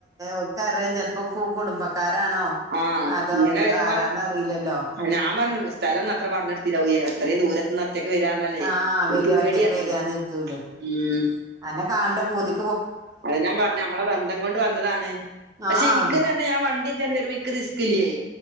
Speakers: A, on the right; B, on the right.
A: <unintelligible> ക്കറയാം, ചെലപ്പോ കുടുംബക്കാരാണോ
B: ആഹ്
A: അതോ
B: ഇങ്ങനെ വരുമ്പോ
A: ആരാന്നറിയില്ലല്ലോ
B: ഞാൻ പറഞ്ഞ് സ്ഥലംന്ന് അത്ര പറഞ്ഞൊടുത്തില്ലാ പൂവിയെ ഇത്രിം ദൂരത്ത്ന്ന് ഒറ്റക്ക് വരാ പറനാല്ലേ
A: ആഹ്
B: ഒര്പേടിയാണ്.
A: വരിക ഒറ്റക്ക് വരികന്ന് ഇരുത്തൂലേ
B: ഹ്മ്മ്
A: അന്നെ കാണണ്ട പൂതി
B: അത് ഞാൻ പറഞ്ഞ് നമ്മളെ ബന്ധം കൊണ്ട് വന്നതാണ്. പക്ഷെ
A: ആഹ്
B: ഇന്ക്ക് പറഞ്ഞാ ഞാൻ വണ്ടിച്ചാണ്ട് വരുമ്പോ ഇന്ക്ക് റിസ്ക്കില്ലേ